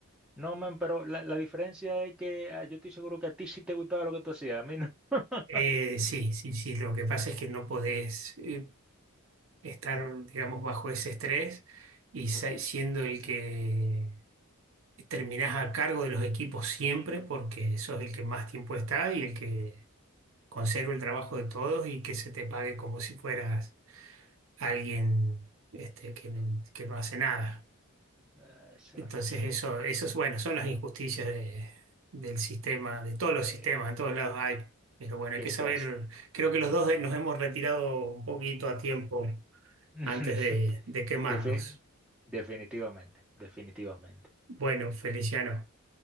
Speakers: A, in the centre; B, on the right.
A: No, man, pero la, la diferencia es que ah, yo estoy seguro que a ti sí te gustaba lo que tú hacías, a mí no. <laughs>
B: Eh, sí, sí, sí, lo que pasa es que no podés. eh, estar,
A: Ujú.
B: digamos, bajo ese estrés y se- siendo el que terminás a cargo de los equipos siempre porque sos el que más tiempo está y el que conserva el trabajo de todos y que se te pague como si fueras alguien este, que no, que no hace nada.
A: Ah, Esa es
B: Entonces
A: la cosa,
B: eso,
A: man.
B: eso es bueno, son las injusticias de- del sistema, de todos los
A: Eh,
B: sistemas, en todos lados hay. Pero bueno,
A: eso
B: hay que saber,
A: es
B: creo que los dos nos hemos retirado un poquito a tiempo
A: así. <laughs>
B: antes de de quemarnos.
A: Defi- definitivamente, definitivamente.
B: Bueno, Feliciano,